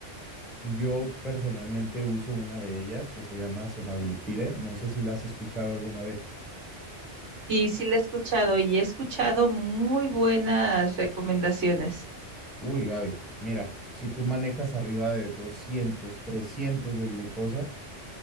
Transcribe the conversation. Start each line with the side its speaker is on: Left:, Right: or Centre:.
Centre: yo personalmente uso una de ellas que se llama semaglutide. No sé si la has escuchado alguna vez.
Right: y sí la he escuchado y he escuchado muy buenas recomendaciones.
Centre: Uy, Gaby, mira, si tú manejas arriba de 200, 300 de glucosa,